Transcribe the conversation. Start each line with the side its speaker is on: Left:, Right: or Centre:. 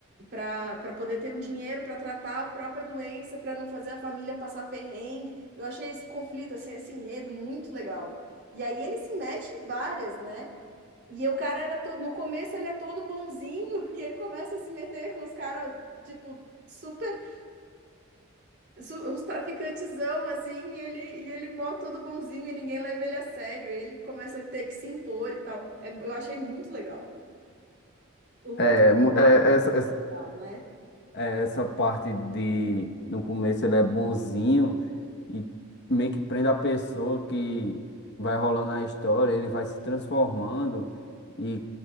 Right: para para poder ter um dinheiro para tratar a própria doença, para não fazer a família passar perrengue. Eu achei esse conflito, assim, esse enredo muito legal. E aí ele se mete em várias, né? E o cara era todo, no começo ele é todo bonzinho <laughs> e ele começa a se meter com os caras, tipo, super, su- os traficantezão, assim, e ele, e ele mó todo bonzinho e ninguém leva ele a sério. E ele começa a ter que se impor e tal. É- eu achei muito legal, o,
Left: é,
Right: o
Left: mu- é, essa, essa
Right: desenrolar, né?
Left: é essa parte de... No começo ele é bonzinho e meio que prende a pessoa que vai rolando a história, ele vai se transformando e